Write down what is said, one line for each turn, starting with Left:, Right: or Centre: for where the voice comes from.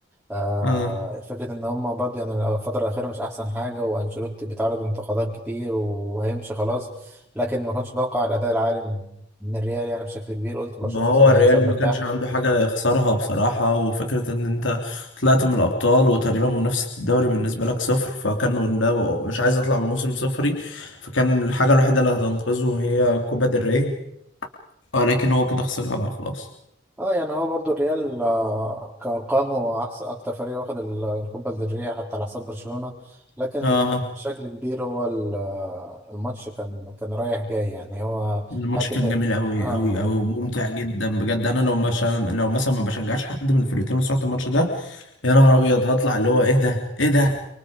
Centre: آه
Left: اه
Centre: فكرة إن هما برضه يعني الفترة الأخيرة مش أحسن حاجة وأنشيلوتي بيتعرض لانتقادات كتير وهيمشي خلاص لكن ما كنتش متوقع الأداء العالي من من الريال يعني بشكل كبير قلت برشلونة
Left: ما هو
Centre: مثلا
Left: الريال
Centre: هيكسب مرتاح
Left: ما كانش عنده حاجة يخسرها بصراحة وفكرة ان انت طلعت من الابطال وتقريبا منافسة الدوري بالنسبة لك صفر فكان قدامه مش عايز يطلع بموسم صفري فكان الحاجة الوحيدة اللي هتنقذه هي كوبا دري ولكن هو كده خسرها بقى خلاص
Centre: اه يعني هو برضو الريال آه، كأرقام هو أحسن أكتر فريق واخد ال- الكوبا الذرية حتى على حساب برشلونة لكن
Left: اه
Centre: بشكل كبير هو ال- آه، الماتش كان كان رايح جاي يعني هو
Left: الماتش
Centre: حتة
Left: كان جميل قوي
Centre: اه اه
Left: قوي قوي وممتع جدا بجد انا لو مثلا لو مثلا ما بشجعش حد من الفرقتين وسمعت الماتش ده يا نهار ابيض هطلع اللي هو ايه ده ايه ده